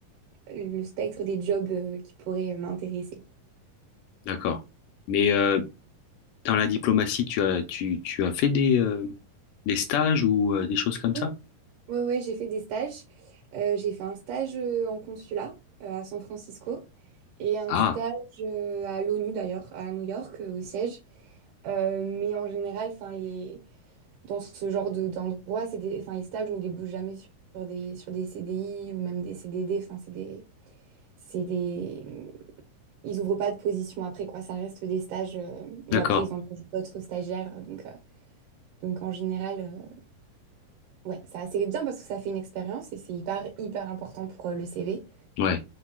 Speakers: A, on the right; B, on the left.
A: le spectre des jobs euh, qui pourraient euh, m'intéresser.
B: D'accord. Mais euh, dans la diplomatie, tu as, tu, tu as fait des, euh, des stages ou euh, des choses comme
A: Oui.
B: ça?
A: Ouais, ouais, j'ai fait des stages. Euh, j'ai fait un stage euh, en consulat euh, à San Francisco et un
B: Ah,
A: stage euh, à l'ONU d'ailleurs, à New York, euh, au siège. Euh, mais en général, enfin, les... dans ce genre de, d'endroit, c'est des... enfin, les stages ne débouchent jamais sur, sur des... sur des CDI ou même des CDD. Enfin, c'est des... C'est des... ils ouvrent pas de position après, quoi. Ça reste des stages euh, où
B: d'accord.
A: après, ils ont d'autres stagiaires. Donc, euh, donc en général, euh, ouais, ça c'est bien parce que ça fait une expérience et c'est hyper, hyper important pour euh, le CV.
B: Ouais.